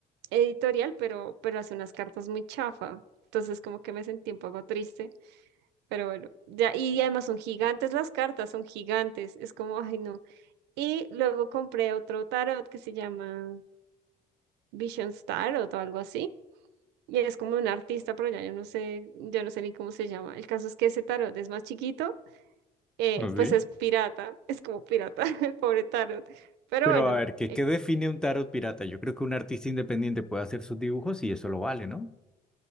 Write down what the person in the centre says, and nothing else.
¿Así?
Pero
a ver, ¿qué,
qué define un tarot pirata? Yo creo que un artista independiente puede hacer sus dibujos y eso lo vale, ¿no?